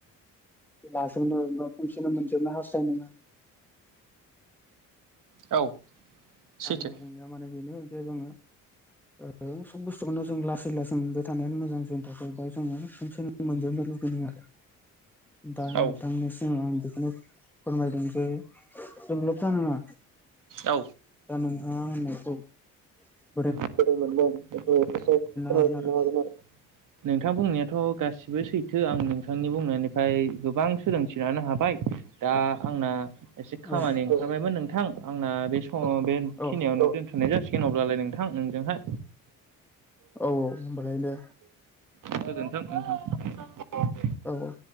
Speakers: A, in the centre; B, on the right.
A: लाजोबनो बा खनसेनो मोनजोबनो हास्थाय नाङा
B: औ सैथो
A: आंनि बुंनाया माने बेनो जे जोङो ओ सब बुस्थुखौनो जों लासै लासै मोनबाय थानायानो मोजां जोंनि थाखाय बा जोङो खनसेनो मोनजोबनो <unintelligible> दा
B: औ
A: बिथांनि सिमाव आं बेखौनो फोरमायदों जे जों लब जानाङा
B: औ
A: दा नोंथाङा आंनो <unintelligible>
B: नोंथां
A: हागोन आरो
B: बुंनाया थ' गासिबो सैथो आं नोंथांनि बुंनायनिफ्राय गोबां सोलोंथि लानो हाबाय दा आंना एसे खामानि
A: औ
B: ओंखारबायमोन नोंथां आंना बे समाव बेखिनियावनो
A: औ
B: दोनथ'नाय जासिगोन अब्लालाय नोंथां नोंजोंहाय
A: औ होमबालाय दे
B: गोजोनथों नोंथां
A: औ औ